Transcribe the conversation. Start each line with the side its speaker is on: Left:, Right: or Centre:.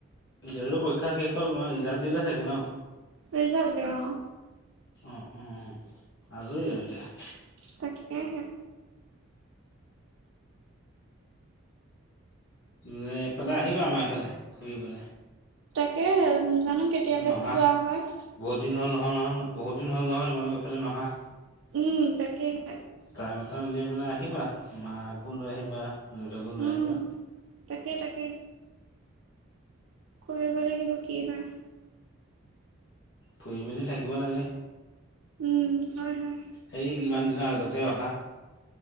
Left: এতিয়াটো টো পৰীক্ষা শেষ হ'ল তোমাৰ ৰিজাল্ট দিলে চাগে ন?
Right: ৰিজাল্ট দিলে অ'
Left: অঁ অঁ আজৰি আও এতিয়া।
Right: তাকেহে।
Left: নে এইফালে আহিবা আমাৰ এইফালে ফুৰিবলে?
Right: তাকেহে জানো কেতিয়ালে
Left: নহা
Right: যোৱা হয়।
Left: বহুত দিন হ'ল নহয় নহয় বহুত দিন হ'ল নহয় তোমালোক এইফালে নহা।
Right: উম তাকেহে
Left: টাইম এটা উলিয়াই পেলাই আহিবা, মাকো লৈ আহিবা দেউতাকো লৈ
Right: উম
Left: আহিবা।
Right: তাকে তাকে। কৰিব লাগিব কি হয়।
Left: ফুৰি মেলি থাকিব লাগে।
Right: উম হয় হয়।
Left: সেই কিমান দিনৰ আগতে অহা।